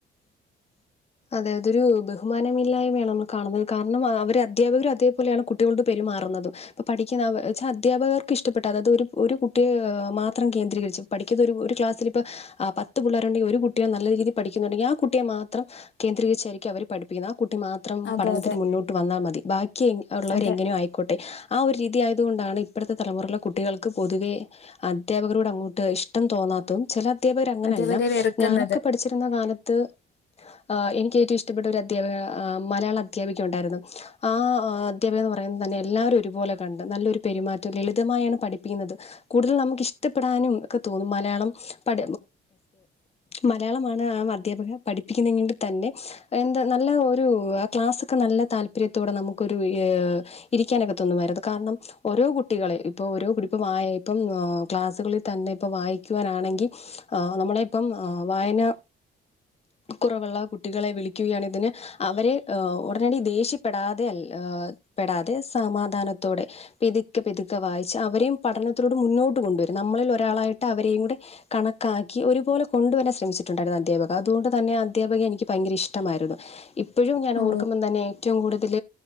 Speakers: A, on the left (about 30°); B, on the left (about 65°).
A: അതെ അതൊരു ബഹുമാനമില്ലായ്മയാണ് നമ്മൾ കാണുന്നത് കാരണം അവര് അധ്യാപകരും അതേപോലെയാണ് കുട്ടികളോട് പെരുമാറുന്നതും. ഇപ്പ പഠിക്കുന്ന ച്ചാ അധ്യാപകർക്ക് ഇഷ്ടപ്പെട്ട അതൊരു ഒരു കുട്ടിയെ മാത്രം കേന്ദ്രീകരിച്ചു. പഠിക്കുന്ന ഒരു ഒര് ക്ലാസിൽ ഇപ്പഹ് ആഹ് പത്തു പിള്ളേരുണ്ടെങ്കിൽ ഒരു കുട്ടിയെ നല്ല രീതിയിൽ പഠിക്കുന്നുണ്ടെങ്കിൽ ആഹ് കുട്ടിയെ മാത്രം ഹ്. കേന്ദ്രീകരിച്ചായിരിക്കും അവർ പഠിപ്പിക്കുന്ന ആഹ് കുട്ടി മാത്രം
B: അതെ
A: പഠനത്തിന്
B: അതെ
A: മുന്നോട്ട് വന്നാൽ മതി ബാക്കി എങ് ഉള്ളവരെ
B: അതെ
A: എങ്ങനോ ആയ് കോട്ടെ ആഹ് ഒരു രീതിയായത് കൊണ്ടാണ് ഇപ്പൊഴത്തെ തലമുറയിലെ കുട്ടികൾക്ക് പൊതുവേ ഹ് അ ധ്യാപകരോട് അങ്ങോട്ട് ഇഷ്ടം തോന്നാത്തും ചെല അധ്യപകരങ്ങനെല്ല
B: അധ്യാപകരെ വെറുക്കുന്നത്
A: ഞാനൊക്കെ പഠിച്ച് ന്ന കാലത്ത്. ആഹ് എനിക്ക് ഏറ്റവും ഇഷ്ട്ടപ്പെട്ട ഒരു അധ്യാപക ആഹ് മലയാള അധ്യാപിക ഉണ്ടായിരുന്നു ആഹ്. അധ്യാപിക എന്ന് പറയുന്നത് തന്നെ എല്ലാരും ഒരുപോലെ കണ്ട് നല്ലൊരു പെരുമാറ്റം ലളിതമായാണ് പഠിപ്പിക്കുന്നത്. കൂടുതൽ നമുക്ക് ഇഷ്ടപ്പെടാനും ഒക്കെ തോന്നും മലയാളം പ മലയാളമാണ് ആ അധ്യാപക പഠിപ്പിക്കുന്നെങ്ങ തന്നെ എന്താ നല്ല ഒരു ക്ലാസ്സൊക്കെ നല്ല താല്പര്യത്തോടെ നമുക്കൊരു ഇരിക്കാനൊക്കെ തൊന്നും വരുത് കാരണം ഓരോ കുട്ടികളെ ഇപ്പൊ ഓരോ കുട്ടി ഇപ്പം വായ ഇപ്പം ക്ലാസുകളിൽ തന്നെ ഇപ്പം വായിക്കുവാനാണെങ്കി ആ നമ്മളിപ്പം വായന കുറവുള്ള കുട്ടികളെ വിളിക്കുകയാണ് ഇതിന് അവരെ ഉടനടി ദേഷ്യപ്പെടാതെ അല്ല പെടാതെ സമാധാനത്തോടെ പിതുക്കെ പിതുക്കെ വായിച്ച് അവരെയും പഠനത്തിലോട്ട് മുന്നോട്ട് കൊണ്ടുവരും നമ്മളിൽ ഒരാളായിട്ട് അവരെയും കൂടെ കണക്കാക്കി ഒരുപോലെ കൊണ്ടുവരാൻ ശ്രമിച്ചിട്ടുണ്ടായിരുന്നു അധ്യാപക അതുകൊണ്ട് തന്നെ ആ അധ്യാപകയെ എനിക്ക് ഭയങ്കര ഇഷ്ടമായിരുന്നു ഇപ്പോഴും ഞാൻ
B: ഓ
A: ഓർക്കുമ്പം തന്നെ ഏറ്റവും കൂടുതൽ